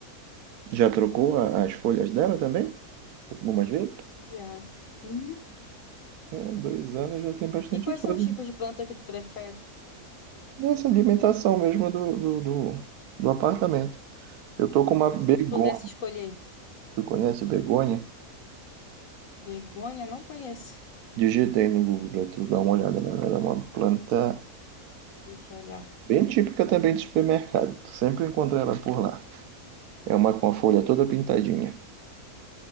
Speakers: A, on the right; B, on the left.
A: Já trocou a- as folhas dela também? Algumas vezes?
B: Já. Uhum.
A: É, dois anos já tem bastante
B: E quais
A: coisa.
B: são os tipos de planta que tu prefere?
A: Essa alimentação mesmo do, do, do, do apartamento. Eu tô com uma
B: Mas
A: begônia.
B: se tu pudesse escolher,
A: Tu conhece begônia?
B: begônia, não conheço.
A: Digitei no Google pra tu dar uma olhada, né? Ela é uma planta
B: Deixa eu olhar.
A: bem típica também de supermercado. Tu sempre encontra ela por lá. É uma com a folha toda pintadinha.